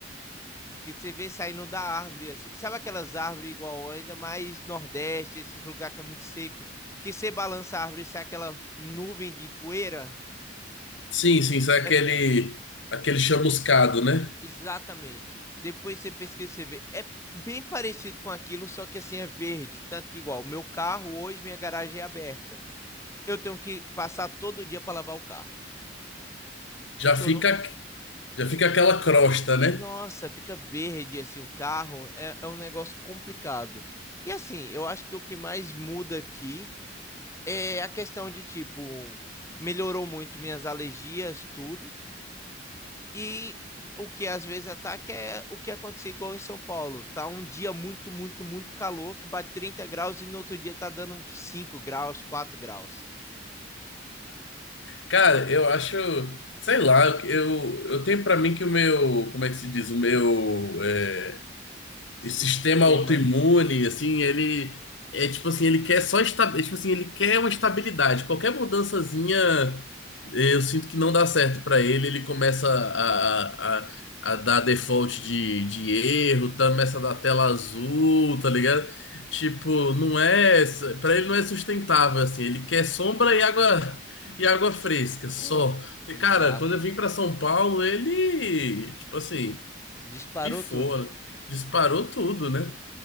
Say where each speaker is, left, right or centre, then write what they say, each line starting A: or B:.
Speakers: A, on the left; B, on the left.
A: que você vê saindo da árvore, assim. Sabe aquelas árvores igual ainda mais Nordeste, esses lugares que é muito seco, que você balança a árvore e sai aquela nuvem de poeira?
B: Sim, sim, isso é aquele,
A: É
B: aquele chamuscado, né?
A: exatamente. Depois você pesquisa, você vê. É bem parecido com aquilo, só que assim é verde. Tanto que igual, meu carro hoje, minha garagem é aberta. Eu tenho que passar todo dia para lavar o carro.
B: Já
A: Porque
B: fica,
A: eu não.
B: já fica aquela crosta, né?
A: Nossa, fica verde assim o carro. É, é um negócio complicado. E assim, eu acho que o que mais muda aqui é a questão de tipo, melhorou muito minhas alergias, tudo. E o que às vezes ataca é o que aconteceu igual em São Paulo. Tá um dia muito, muito, muito calor, que bate 30 graus e no outro dia tá dando cinco graus, quatro graus.
B: Cara, eu acho, sei lá, eu, eu tenho pra mim que o meu, como é que se diz, o meu, é,
A: Sistema
B: esse sistema autoimune, assim, ele é tipo assim, ele quer só esta, é, tipo assim, ele quer uma estabilidade. Qualquer mudançazinha, eh, eu sinto que não dá certo pra ele, ele começa a,
A: inteiro.
B: a, a, a dar default de, de erro, tá, começa a dar tela azul, tá ligado? Tipo, não é, Pra ele não é sustentável assim, ele quer sombra e água E água fresca, só.
A: Porra,
B: Porque,
A: exato.
B: cara, quando eu vim pra São Paulo, ele, tipo assim,
A: Disparou
B: Pifou,
A: tudo.
B: disparou tudo, né?